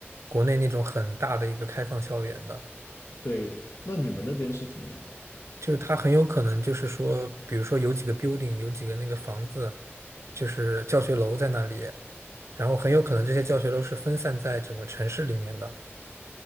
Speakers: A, on the right; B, on the left.
A: 国内那种很大的一个开放校园的，
B: 对，那你们那边是怎么样？
A: 就是它很有可能就是说，比如说有几个 building，有几个那个房子，就是教学楼在那里，然后很有可能这些教学楼是分散在整个城市里面的，